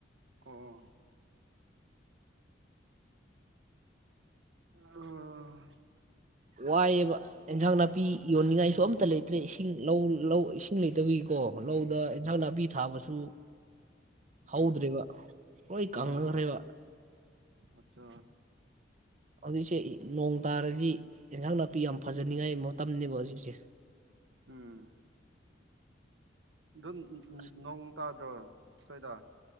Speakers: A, on the right; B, on the right.
A: ꯑꯣ ꯑ
B: ꯋꯥꯏꯑꯕ ꯑꯦꯟꯁꯥꯡ ꯅꯥꯄꯤ ꯌꯣꯟꯅꯤꯡꯉꯥꯏꯁꯨ ꯑꯝꯇ ꯂꯩꯇ꯭ꯔꯦ ꯏꯁꯤꯡ ꯂꯧ ꯂꯧ ꯏꯁꯤꯡ ꯂꯩꯇꯕꯒꯤꯀꯣ ꯂꯧꯗ ꯏꯟꯖꯥꯡ ꯅꯥꯄꯤ ꯊꯥꯕꯁꯨ ꯍꯧꯗ꯭ꯔꯦꯕ
A: ꯑꯣ
B: ꯍꯣꯏ
A: ꯑꯣ
B: ꯀꯪꯅꯈ꯭ꯔꯦꯕ
A: ꯑꯠꯆꯥ
B: ꯍꯧꯖꯤꯛꯁꯦ ꯅꯣꯡ ꯇꯥꯔꯗꯤ ꯏꯟꯁꯥꯡ ꯅꯥꯄꯤ ꯌꯥꯝ ꯐꯖꯅꯤꯉꯥꯏ ꯃꯇꯝꯅꯤꯅꯦꯕ ꯍꯧꯖꯤꯛꯁꯦ
A: ꯎꯝ ꯑꯗꯨ
B: ꯑꯁ
A: ꯅꯣꯡ ꯇꯥꯗ꯭ꯔꯣ ꯁꯣꯏꯗ